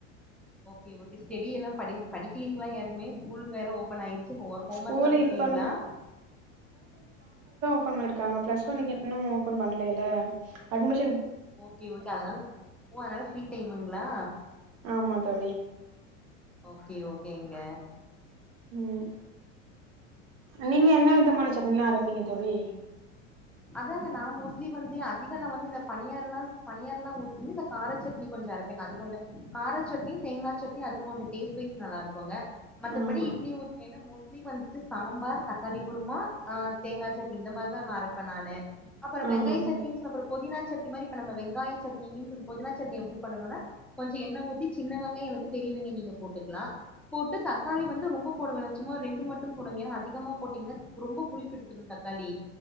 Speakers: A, in the centre; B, on the right.
A: ஓகே ஓகே ஸ்டடி எல்லா படிக் படிக்கலீங்களா யாருமே ஸ்கூல் வேற ஓபன் ஆயிருச்சி ஒர்க் ஹோம்
B: ஸ்கூலு
A: ஒர்க்ல்லா குடுக்கலீங்களா
B: இப்பதான ஓபன் பண்ணிருக்காங்க பிளஸ் ஒன்னுக்கு இன்னு ஓபன் பண்ணலல்ல அட்மிஷ
A: ஓகே ஓகே அதனால ஓ அதனால ஃப்ரீ டைமுங்களா
B: ஆமா தோழி
A: ஓகே ஓகேங்க
B: ம் நீங்க என்ன விதமான சட்னில்லா அரப்பீங்க தோழி
A: அதாங்க நா மோஸ்ட்லி வந்து அதிகோ நா வந்து இந்த பனியரோல்லா செய் பனியரோல்லா ஊத்துவே இந்த கார சட்னி கொஞ்சோ அரைப்பேங்க அது கொஞ்சோ கார சட்னி தேங்கா சட்னி அதுக்கு கொஞ்சோ டேஸ்ட் வைஸ் நல்லா இருக்குங்க மத்தபடி
B: ஆமா
A: இட்லி ஊத்துனேன்னா மோஸ் இட்லிக்கு வந்துட்டு சாம்பார் தக்காளி குருமா ஆ தேங்கா சட்னி இந்த மாரிதா நா அரைப்பே நானு அப்பற
B: ஆமா
A: வெங்க
B: தோழி
A: சட்டினின்னு சொல்ற புதினா சட்னி மாரி இப்ப நம்ம வெங்காய சட்னி மீன்ஸ் அந்த புதினா சட்னி எப்டி பண்ணனுன்னா கொஞ்சோ எண்ணெ ஊத்தி சின்ன வெங்காயோ அல்லது பெரிய வெங்காயோ நீங்க போட்டுக்லா போட்டு தக்காளி வந்து ரொம்ப போட வேணா சும்மா ரெண்டு மட்டு போடுங்க ஏன்னா அதிகமா போட்டீங்கன்னா ரொம்ப புளிப்பெடுத்துரு தக் காளி